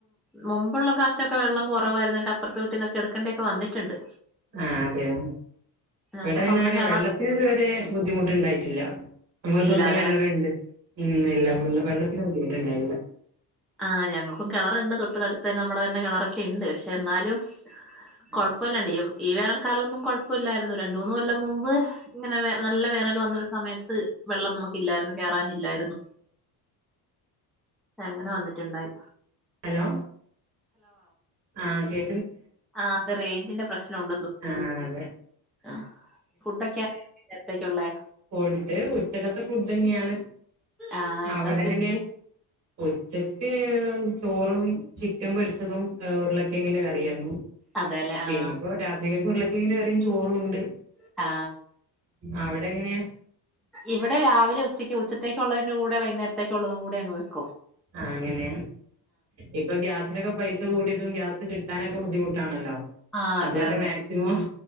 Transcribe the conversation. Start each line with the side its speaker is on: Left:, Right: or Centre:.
Centre: മുമ്പുള്ള പ്രാശ്യക്കെ വെള്ളം കുറവായിര്ന്നിട്ടപ്പൊർത്തെ വീട്ടീന്നൊക്കെ എട്ക്കണ്ടക്കെ വന്നിട്ട്ണ്ട്
Right: ആ അതെയൊ
Centre: നമുക്ക്
Right: ഇവിടപിന്നങ്ങനെ
Centre: സ്വന്തം കിണർ
Right: വെള്ളത്തിന് ഇത്‌വരെ ബുദ്ധിമുട്ട്ണ്ടായിട്ടില്ല മ്മക്ക് സ്വന്തം
Centre: ഇല്ലാല്ലെ
Right: കെണറ്ണ്ട് ഉ ഇല്ല വെള്ളത്തിന് ബുദ്ധിമുട്ട്ണ്ടായില്ല
Centre: ആ ഞങ്ങക്കും കിണറ്ണ്ട് തൊട്ട്തട്ത്തന്നെ നമ്മുടെ തന്നെ കെണറൊക്കെണ്ട് ക്ഷെ ന്നാലും
Right: <inaudible>
Centre: കൊഴപ്പല്ലണ്ട് ഈ വേനൽക്കാലംന്നും കുഴപ്പല്ലായിരുന്നു രണ്ടൂന്ന് കൊല്ലം മുമ്പ് ങ്ങനെ നല്ല വേനല് ന്നൊരു സമയത്ത് വെള്ളം നമുക്കില്ലായിരുന്നു കേറാനില്ലായിരുന്നു അങ്ങനെ വന്നിട്ടുണ്ടായി
Right: ഹലോ ആ കേ
Centre: ആ അത് റേഞ്ചിന്റെ പ്രശ്നം ഉണ്ടെന്തോ
Right: ആഹ് അതെ
Centre: ആ ഫുഡൊക്കെ നേരത്തേക്കുള്ളേ
Right: പോയിട്ട് ഉച്ചകത്തെ ഫുഡ് ന്നെയാണ്
Centre: ആഹ് എന്താ
Right: അവിടെങ്ങനെ
Centre: സ്പെഷ്യല്
Right: ഉച്ച ത് ചോറും ചിക്കൻ പൊരിച്ചതും ഉരുളക്കിങ്ങന്റെ കറിയായിരുന്നു
Centre: അതെല്ലേ ആഹ്
Right: എനിപ്പോ രാത്രിയെക്കു ഉരുളക്കിഴന്റെ കറിയുംചോറുണ്ട്
Centre: ആ
Right: അവിടെങ്ങനെയാ
Centre: ഇവിടെ രാവിലെ ഉച്ചയ്ക്ക് ഉച്ചത്തേക്കുള്ളതിന്റെ കൂടെ വൈകുന്നേരത്തേക്കുള്ളള്ളതും കൂടെ ങ്ങ്വെക്കു
Right: ആ അങ്ങനെയ ഇപ്പൊ ഗ്യാസിനൊക്കെ പൈസ കൂടിയതും ഗ്യാസ് കിട്ടാനൊക്കെ ബുദ്ധിമുട്ടാണല്ലോ
Centre: ആഹ്
Right: അതുകൊണ്ട്
Centre: അതെ അതെ
Right: മാക്സിമം